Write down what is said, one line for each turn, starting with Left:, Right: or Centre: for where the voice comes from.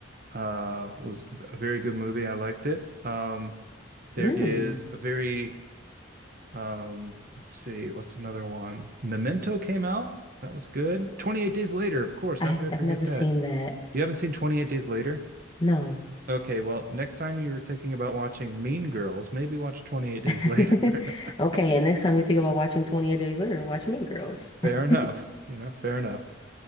Right: uh, was a very good movie. I liked it. Um, there
Left: Mm.
Right: is a very um, let's see, what's another one? Memento came out. That was good. 28 Days Later, of course.
Left: I
Right: How could I forget
Left: I've never
Right: that?
Left: seen that.
Right: You haven't seen 28 Days Later?
Left: No.
Right: Okay, well, next time you're thinking about watching Mean Girls, maybe watch 28 Days
Left: <laughs>
Right: Later. <laughs>
Left: Okay, and next time you think about watching 28 Days Later, watch Mean Girls. <laughs>
Right: Fair enough. You know, fair enough.